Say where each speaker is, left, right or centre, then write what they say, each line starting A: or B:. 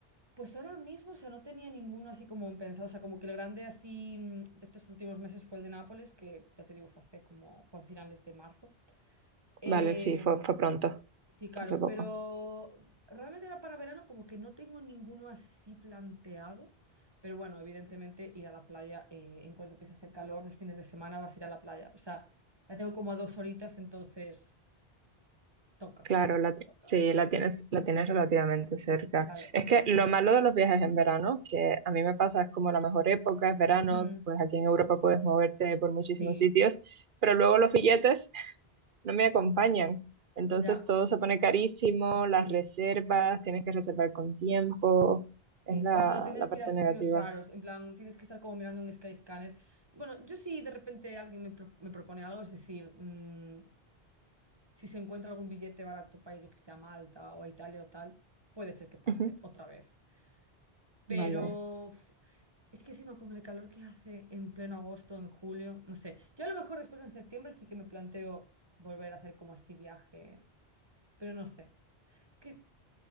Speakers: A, on the right (about 25°); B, on the right (about 55°).
A: Pues ahora mismo, o sea, no tenía ninguno así como pensado, o sea, como que el grande así mm, de estos últimos meses fue el de Nápoles, que ya te digo, fue hace como, fue a finales de marzo. Eh,
B: Vale, sí, fue, fue pronto,
A: sí, claro,
B: fue hace poco.
A: pero realmente ahora para verano como que no tengo ninguno así planteado, pero bueno, evidentemente ir a la playa, eh, en cuanto empiece a hacer calor, los fines de semana vas a ir a la playa, o sea, la tengo como a dos horitas, entonces toca,
B: Claro, la, ti-
A: toca,
B: sí, la tienes, la tienes relativamente cerca.
A: claro.
B: Es que lo malo de los viajes en verano, que a mí me pasa, es como la mejor época, es verano,
A: Mm,
B: pues aquí en Europa puedes moverte por muchísimos
A: sí,
B: sitios, pero luego los billetes no me acompañan. Entonces
A: ya,
B: todo se pone carísimo, las
A: sí.
B: reservas, tienes que reservar con tiempo, es
A: Sí,
B: la,
A: o sea, o tienes
B: la
A: que
B: parte
A: ir a sitios
B: negativa.
A: raros, en plan, tienes que estar como mirando un Skyscanner. Bueno, yo si de repente alguien me, pro- me propone algo, es decir, mm, si se encuentra algún billete barato para ir, que sea a Malta o a Italia o tal, puede ser que pase
B: Ujú.
A: otra vez. Pero
B: Vale.
A: uf, es que encima con el calor que hace en pleno agosto, en julio, no sé. Yo a lo mejor después en septiembre sí que me planteo volver a hacer como así viaje, pero no sé. Es que,